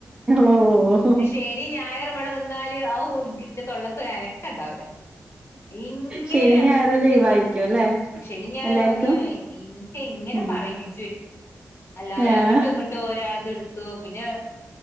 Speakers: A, on the right; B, on the left.
A: ഓഹ്
B: ശനിയും ഞായറും എന്നാല് ആവു എന്റെ തൊള്ളക്കൊര അനക്കം ഇണ്ടാവില്ലാ ഇങ്ങേനെ
A: ശനി ഞായറും
B: എന്നേക്കൊണ്ട്
A: ലീവായിരിക്കും അല്ലേ
B: ശനി ഞായറാവധിയാണ്
A: എല്ലാർക്കും
B: ഇനിക്ക് എങ്ങനെ
A: ഉം
B: പറയിപ്പ അല്ലരും
A: ആഹ്
B: അങ്ങട്ടും ഇങ്ങോട്ടും ഒരാളത് എടു പിന്നെ